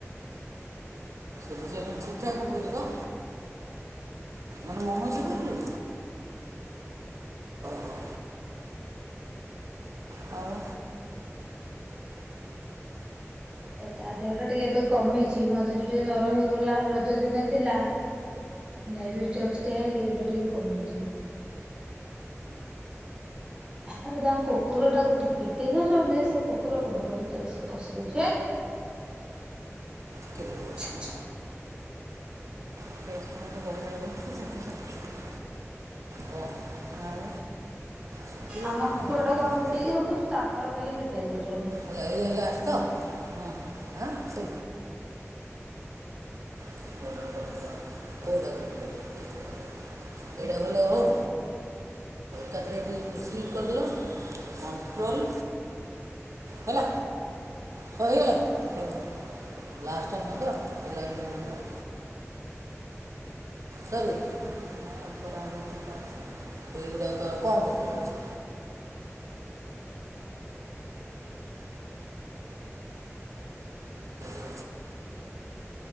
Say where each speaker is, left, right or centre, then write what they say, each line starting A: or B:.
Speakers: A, on the right (about 80°); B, on the right (about 20°).
A: ଏବେ ସେ ଠିକ ଠାକ କହୁଚି ତ। ମାନେ ମମ <unintelligible> ହଉ ହଉ ଆଉ
B: ଏ ତା ଦେହ ଟା ଟିକେ ଏବେ କମିଛିି ମଝିରେ ଟିକେ ଜର ହେଇଗଲା ରଜ ଦିନେ ଥିଲା। ନାଇଁ ଦୁଷ୍ଟିଆ ଫୁଷ୍ଟିଆ ଏବେ ଟିକେ କମିଛି। ହେଲେ ତାଙ୍କ କୁକୁର ଟାକୁ ଫିଟେଇ ଦଉଛନ୍ତି ସେ କୁକୁର ଘର ଭିତରେ ସେ ପଶି ଯାଉଚି।
A: କେତେ ପକଉଛ
B: <unintelligible>
A: ନା? <unintelligible> ହଁ, ଆଉ। ଶିଖିବ
B: ଆମ
A: ନା
B: କୁକୁର
A: ଆଉ
B: ଟାକୁ ଆମେ
A: ଏମିତି
B: ଭିଡିକି ରଖୁଛୁ ତାଙ୍କର ଖାଲି ଫିଟେଇ ଦଉଚନି।
A: <unintelligible> ଏଇଯାଇ୍ ଆସ ତ। ହଁ ହଁ ସେ ଅର୍ଡ଼ର କରିଦେଲ କେଉଁଟା କପି କରିଦେଲ ପେଷ୍ଟ କରିଦେଲ ଏଇଟା ଭଲ ହବ। ତାପରେ ଏଠି ମିଶିକି କରିବ କଣ୍ଟ୍ରୋଲ୍ ହେଲା। ସବୁ ହେଇଗଲା ତ ଲାଷ୍ଟ ଟା ନୁହେଁ ତ ଏ ଲାଇନ୍ ଟା ଏମତି ତ। ତାଲେ <unintelligible> ଏଇଗୁଡ଼ାକ କଣ ପକେଇ ଅଛିଁ <unintelligible> <unintelligible>